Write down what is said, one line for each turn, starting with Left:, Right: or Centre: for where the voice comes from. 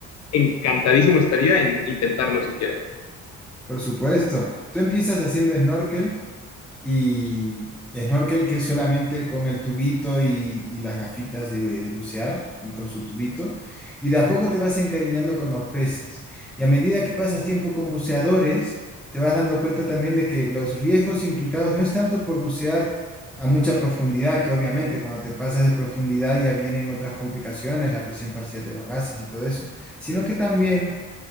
Left: encantadísimo estaría en intentarlo siquiera.
Centre: por supuesto. Tú empiezas haciendo snorkel y snorkel que es solamente con el tubito y, y las gafitas de, de bucear y con su tubito. Y de a
Left: Ujú.
Centre: poco te vas encariñando con los peces. Y a medida que pasas tiempo con buceadores, te vas dando cuenta también de que los riesgos implicados no es tanto por bucear a mucha profundidad, que obviamente cuando te pasas de profundidad ya vienen otras complicaciones, la presión parcial de los gases y todo eso, sino que también